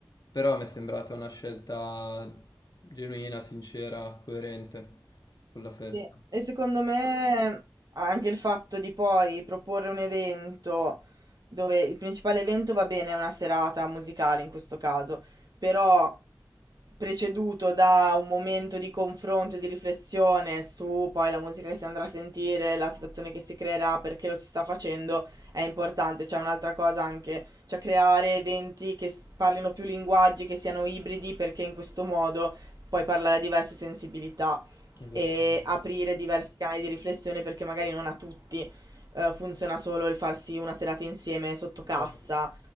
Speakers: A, on the left; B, on the right.
A: però mi è sembrata una scelta genuina, sincera, coerente con la festa.
B: Sì, E secondo me anche il fatto di poi proporre un evento dove il principale evento va bene, è una serata musicale in questo caso, però preceduto da un momento di confronto e di riflessione su poi la musica che si andrà a sentire, la situazione che si creerà, perché lo si sta facendo, è importante. C'è un'altra cosa anche, cioè creare eventi che s- parlino più linguaggi, che siano ibridi, perché in questo modo puoi parlare a diverse sensibilità
A: Esattamente.
B: e aprire diversi canali di riflessione perché magari non a tutti, eh, funziona solo il farsi una serata insieme sotto cassa,
A: Esatto.